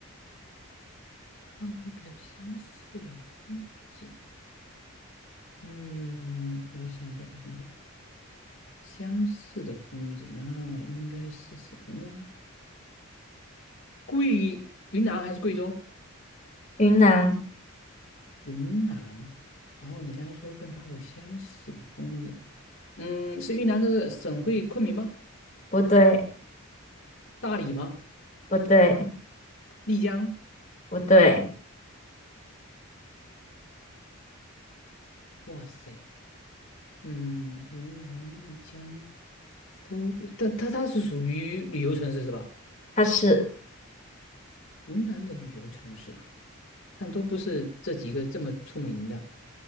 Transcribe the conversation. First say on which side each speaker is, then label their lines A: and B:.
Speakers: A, on the left; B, on the left.
A: 他们有比较相似的风景。嗯，我想一想，我想一想，相似的风景那应该是什么呢？贵，云南还是贵州？
B: 云南
A: 云南，然后你刚才说跟它有相似的风景，嗯，是云南的省会昆明吗？
B: 不对，
A: 大理吗？
B: 不对，
A: 丽江？
B: 不对，
A: 哇塞，嗯，云南、丽江都不，但它它是属于旅游城市是吧？
B: 它是
A: 云南的旅游城市啊，但都不是这几个这么出名的。